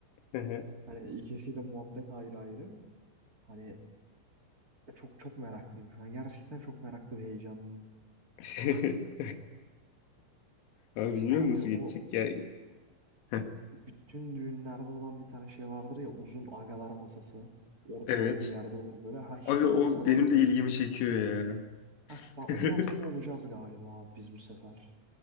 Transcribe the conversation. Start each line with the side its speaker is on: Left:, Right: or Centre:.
Left: He,
Right: Hani ikisiyle muhabbet ayrı ayrı. Hani çok çok meraklıyım şu an. Gerçekten çok meraklı ve heyecanlıyım.
Left: he. <laughs> Abi bilmiyorum
Right: Hani
Left: nasıl
Right: o
Left: geçecek ya. Heh,
Right: Bütün düğünlerde olan bir tane şey vardır ya uzun agalar masası. Ortada
Left: Evet.
Right: o bir yerde olur böyle. Ha işte
Left: Abi
Right: o
Left: o
Right: masada
Left: benim
Right: mı olacağız?
Left: de ilgimi çekiyor ya.
Right: Ha bak
Left: <laughs>
Right: o masada olacağız galiba abi biz bu sefer.